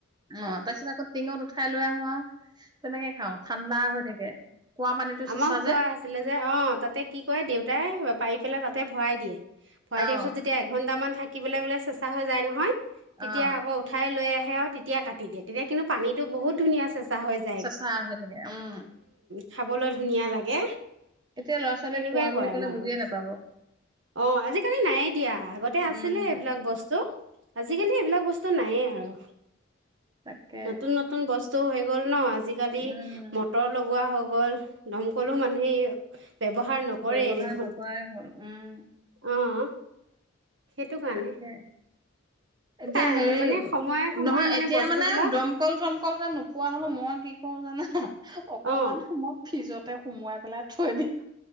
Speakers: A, on the right; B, on the right.
A: অ' তাৰ পিছত আকৌ টিঙত উঠাই লৈ আ হো আও। তেনেকে খাওঁ ঠাণ্ডা হৈ থাকে। কুঁৱা পানীটো
B: আমাও
A: চেঁচা
B: কোৱা
A: যে
B: আছিলে যে অ তাতে কি কয় দেউতাই পাৰি পেলাই তাতে ভৰাই দিয়ে। ভৰাই
A: অ'
B: দিয়াৰ পিছত যেতিয়া এঘন্টামান থাকিবলৈ বোলে চেচা হৈ যায় নহয়।
A: অ'
B: তেতিয়া আকৌ উঠাই লৈ আহে। আহে আৰু তেতিয়া কাটি দিয়ে। তেতিয়া কিন্তু পানীটো বহুত ধুনীয়া চেচাঁ হৈ যা
A: চেচা আ হৈ থাকে উম।
B: খাবলৈ ধুনীয়া লাগে।
A: এতিয়া ল'ৰা ছোৱালীয়ে
B: তেনেকুৱাই
A: কুঁৱা বুলি
B: কৰে
A: ক'লে
B: আমাৰ
A: বুজিয়ে
B: গাঁৱত।
A: নাপাব
B: অ আজিকালি নায়ে দিয়া আগতে আছিলে
A: উম
B: এইবিলাক বস্তু। আজিকালি এইবিলাক বস্তু নায়েই আৰু।
A: তাকে
B: নতুন নতুন বস্ত তো হৈ গ'ল ন আজ আজিকালি
A: উম
B: মটৰ লগোৱা হক আগৰ দমকলো মানুহে ইয়া ব্যৱহাৰ নকৰে
A: ব্যৱহাৰ
B: দেখোন।
A: নকৰাই হ'ল উম
B: অ'। সেইটো কাৰণে।
A: তাকে। এতিয়া
B: তাই
A: হেৰি
B: মানে সময়ে সময়ে
A: নহয় এতিয়া
B: বস্তুবিলাক
A: মানে দমকল চমকল যে নোপোৱা হলো মই কি কৰোঁ জানা অকমান
B: অ
A: সময় ফ্ৰীজত। তাতে সোমোৱাই পেলাই থৈ দিম।